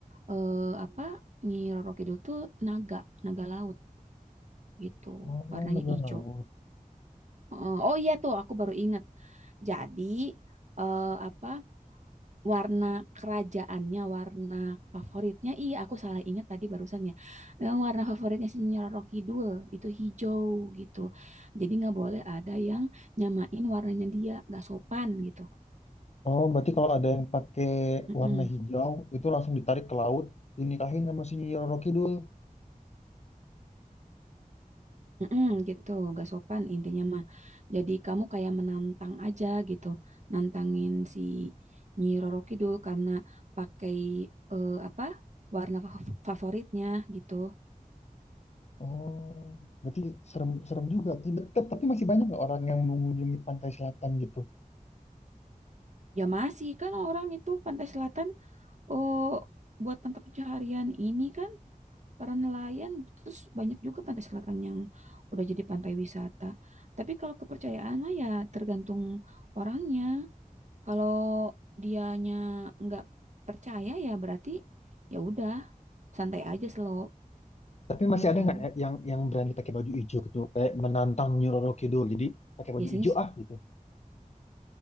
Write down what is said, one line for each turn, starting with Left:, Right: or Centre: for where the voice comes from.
Right: eh, apa Nyi Roro Kidul tuh naga, naga laut gitu.
Left: Oh,
Right: Warnanya
Left: naga
Right: hijau.
Left: laut.
Right: Heeh. Oh iya tuh, aku baru ingat. Jadi eh, apa warna kerajaannya, warna favoritnya? Iya, aku salah ingat tadi barusan ya. Eh, warna favoritnya si Roro Kidul itu hijau gitu. Jadi nggak boleh ada yang nyamain warnanya dia, nggak sopan gitu.
Left: Oh, berarti kalau ada yang pakai
Right: Mm-mm.
Left: warna hijau, itu langsung ditarik ke laut, dinikahin sama si Nyi Roro Kidul.
Right: Mm-mm, gitu, gak sopan intinya mah. Jadi kamu kayak menantang aja gitu, nantangin si Nyi Roro Kidul karena pakai eh, apa warna fa- favoritnya gitu.
Left: Oh, berarti serem, serem juga. Tidak, tep- tapi masih banyak nggak orang yang mengunjungi pantai selatan gitu?
Right: Ya masih kan orang itu Pantai Selatan, oh buat mata pencaharian ini kan para nelayan, terus banyak juga Pantai Selatan yang udah jadi pantai wisata. Tapi kalau kepercayaan mah ya tergantung orangnya Kalau dianya nggak percaya ya berarti ya udah santai aja slow
Left: Tapi masih
Right: gitu.
Left: ada nggak ya yang yang berani pakai baju hijau gitu, kayak menantang Nyi Roro Kidul, jadi pakai baju
Right: Biasanya
Left: hijau
Right: s-
Left: ah gitu.